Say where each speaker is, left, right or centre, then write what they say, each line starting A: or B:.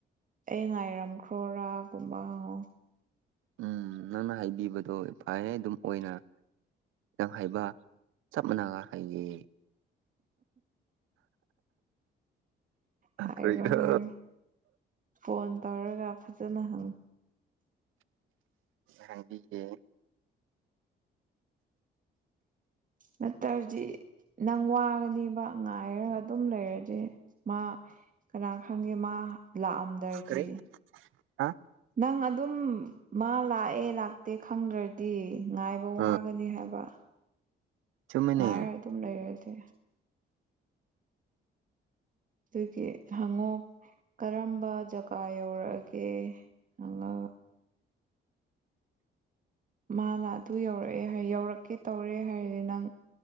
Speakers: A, on the right (about 40°); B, on the right (about 85°).
A: ꯑꯩ ꯉꯥꯏꯔꯝꯈ꯭ꯔꯣꯔ ꯒꯨꯝꯕ ꯍꯪ ꯉꯣ
B: ꯎꯝ ꯅꯪꯅ ꯍꯥꯏꯕꯤꯕꯗꯣ ꯐꯩꯑꯦ ꯑꯗꯨꯝ ꯑꯣꯏꯅ ꯅꯪ ꯍꯥꯏꯕ ꯆꯞ ꯃꯥꯟꯅꯅꯕ ꯍꯥꯏꯌꯦ
A: ꯍꯥꯏꯔꯣ
B: ꯀꯔꯤꯔ
A: ꯍꯥꯏꯔꯣ ꯐꯣꯟ ꯇꯧꯔꯒ ꯐꯖꯅ ꯍꯪ
B: ꯍꯕꯤꯒꯦ
A: ꯅꯠꯇ꯭ꯔꯗꯤ ꯅꯪ ꯋꯥꯒꯅꯦꯕ ꯉꯥꯏꯔꯒ ꯑꯗꯨꯝ ꯂꯩꯔꯗꯤ ꯃꯥ ꯀꯅꯥ ꯈꯪꯒꯦ ꯃꯥ ꯂꯥꯛꯑꯝꯗ꯭ꯔꯗꯤ
B: ꯀꯔꯤ ꯍꯥ
A: ꯅꯪ ꯑꯗꯨꯝ ꯃꯥ ꯂꯥꯛꯑꯦ ꯂꯥꯛꯇꯦ ꯈꯪꯗ꯭ꯔꯗꯤ ꯉꯥꯏꯕ
B: ꯑꯥ
A: ꯋꯥꯒꯅꯤ ꯍꯥꯏꯕ
B: ꯆꯨꯝꯃꯤꯅꯦ
A: ꯉꯥꯏ ꯔ ꯑꯗꯨꯝ ꯂꯩꯔꯗꯤ ꯑꯗꯨꯒꯤ ꯍꯪꯉꯣ ꯀꯔꯝꯕ ꯖꯒꯥ ꯌꯧꯔꯛꯑꯒꯦ ꯍꯩꯉꯥ ꯃꯥꯅ ꯑꯗꯨ ꯌꯧꯔꯛꯑꯦ ꯍꯥꯏ ꯌꯧꯔꯛꯀꯦ ꯇꯧꯔꯦ ꯍꯥꯏꯔꯗꯤ ꯅꯪ